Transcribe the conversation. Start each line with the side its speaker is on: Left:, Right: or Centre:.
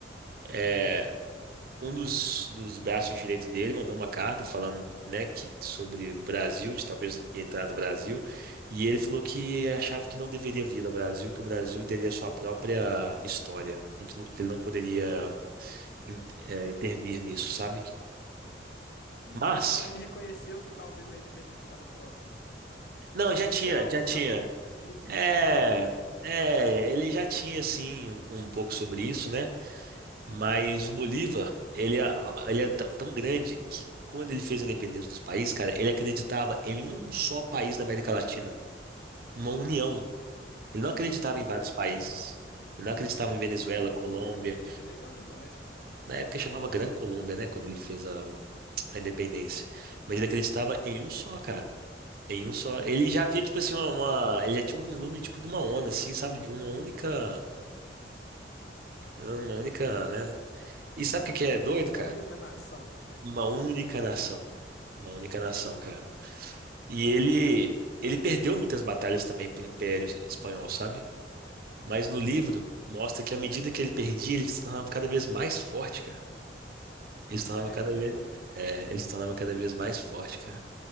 Right: É,
Left: Uhum.
Right: um dos, dos braços direitos dele mandou uma carta falando, né, que, sobre o Brasil, de talvez entrar no Brasil, e ele falou que achava que não deveria vir ao Brasil, que o Brasil teria sua própria história, que a gente não- que ele não poderia in- eh, intervir nisso, sabe?
Left: Hum,
Right: Mas,
Left: então ele reconheceu que talvez a independência estava próxima.
Right: não, já
Left: Às
Right: tinha,
Left: vezes era algo
Right: já
Left: sabido
Right: tinha.
Left: e discutido, discutido
Right: É,
Left: entre eles, né?
Right: é, ele já tinha, assim, um, um pouco sobre isso, né? Mas o Bolívar, ele é, ele é tão tão grande que quando ele fez a independência dos países, cara, ele acreditava em um só país na América Latina, uma união. Ele não acreditava
Left: Que
Right: em vários
Left: doideira!
Right: países. Ele não acreditava em Venezuela,
Left: Que doideira!
Right: Colômbia.
Left: Isso é legal demais, pô.
Right: Na época chamava Gran Colômbia, né, quando ele fez a, a independência. Mas ele acreditava em um só, cara. Em um só. Ele já via, tipo assim, uma, uma- ele já tinha um vislumbre, tipo, de uma onda, assim, sabe? De uma única, uma única, né? E sabe o que que é doido,
Left: Uma
Right: cara?
Left: única nação, né?
Right: Uma única
Left: Ah,
Right: nação. Uma única nação, cara. E ele, ele perdeu muitas batalhas também pro Império Espanhol, sabe? Mas no livro mostra que à medida que ele perdia, ele se tornava cada vez mais forte, cara. Ele se tornava
Left: é
Right: cada
Left: mesmo?
Right: vez, é, ele se tornava cada vez mais forte, cara.